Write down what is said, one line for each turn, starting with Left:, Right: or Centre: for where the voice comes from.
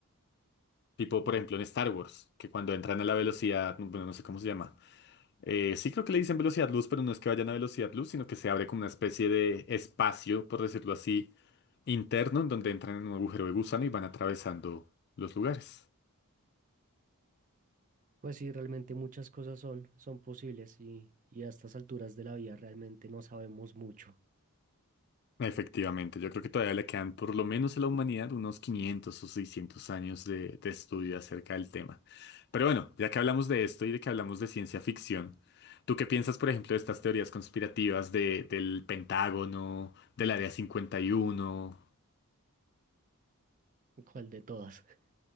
Left: Tipo, por ejemplo, en Star Wars, que cuando entran a la velocidad, bueno, no sé cómo se llama. Eh, sí creo que le dicen velocidad luz, pero no es que vayan a velocidad luz, sino que se abre como una especie de espacio, por decirlo así, interno, en donde entran en un agujero de gusano y van atravesando los lugares.
Right: Pues sí, realmente muchas cosas son, son posibles y, y a estas alturas de la vida realmente no sabemos mucho
Left: Efectivamente, yo creo que todavía le quedan por lo menos a la humanidad unos 500 o 600 años de, de estudio acerca del tema. Pero bueno, ya que hablamos de esto y de que hablamos de ciencia ficción, ¿tú qué piensas, por ejemplo, de estas teorías conspirativas de- del Pentágono, del Área 51
Right: <laughs> cuál de todas. <laughs>